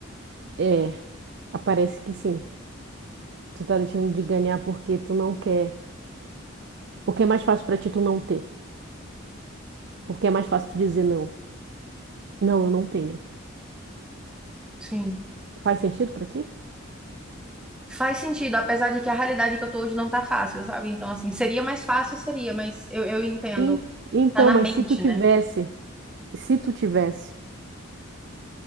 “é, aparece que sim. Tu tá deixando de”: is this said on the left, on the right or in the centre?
Right